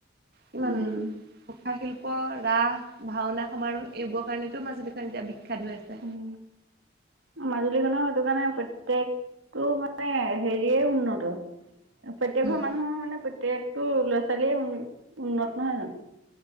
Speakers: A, on the right; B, on the right.
A: কিমান
B: উম,
A: আহে কা শিল্প ৰাস, ভাওনা, সমাৰোহ এইবোৰৰ কাৰণেতো মাজুলীখন এতিয়া বিখ্যাত। হৈ আছে
B: উম মাজুলীখন সটো কাৰণে প্ৰত্য়েকটো মানে হেৰিয়ে উন্নত প্ৰত্যয়েক
A: উম,
B: ঘৰ মানুহৰ মানে প্ৰত্যয়েকটো ল'ৰা ছোৱালীয়ে উ উন্নত নহয় জানো?